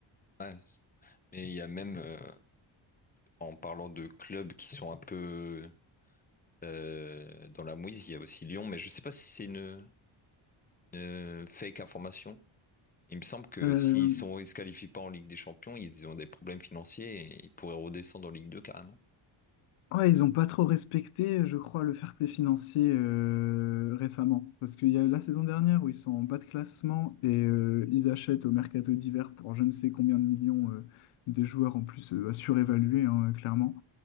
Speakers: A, on the left; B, on the left.
A: ouais. Mais il y a même euh, En parlant de clubs qui sont un peu euh, dans la mouise, il y a aussi Lyon, mais je ne sais pas si c'est une, une fake information. Il me semble que
B: Euh,
A: s'ils sont, ils se qualifient pas en Ligue des Champions, ils ont des problèmes financiers et ils pourraient redescendre en Ligue 2 carrément.
B: Ouais, ils n'ont pas trop respecté, je crois, le fair play financier euh, récemment. Parce qu'il y a la saison dernière où ils sont en bas de classement et euh, ils achètent au mercato d'hiver pour je ne sais combien de millions euh, des joueurs en plus euh, à surévaluer, hein, clairement.